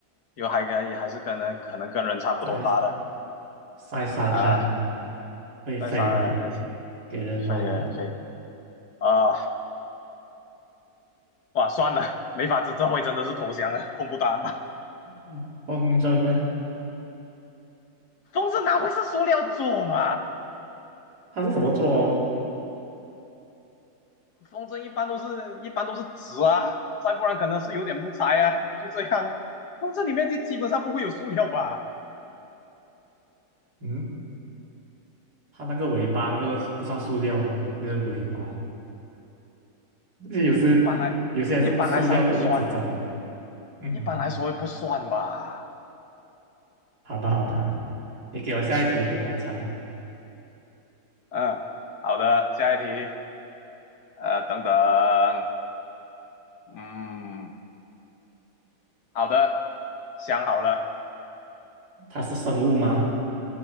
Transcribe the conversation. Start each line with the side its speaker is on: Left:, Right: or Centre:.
Left: 又还可以，还是可能可能跟人差不多大的
Right: 在在沙滩
Left: 啊、
Right: 会飞的，
Left: 再杀再杀
Right: 给人玩的。
Left: 飞飞啊、哇算了，没法子，这回真的是投降了，公布答案吧。
Right: 哦，风筝啊，
Left: 风筝哪会是塑料做嘛？
Right: 它是什么做哦？
Left: 风筝一般都是一般都是纸啊，再不然可能是有点木材啊，就这样啊。风筝里面就基本上不会有塑料吧？
Right: 嗯，它那个尾巴那个不算塑料吗？那个尾巴，这些有时有些还是塑料多过纸张哦。
Left: 一般来一般来上不算吧，
Right: 嗯，
Left: 一般来说不算吧。
Right: 嗯嗯好吧，好吧，你给我下一题，给我来猜。
Left: 嗯，好的，下一题。呃，等等，嗯，好的，想好了，
Right: 它是生物吗？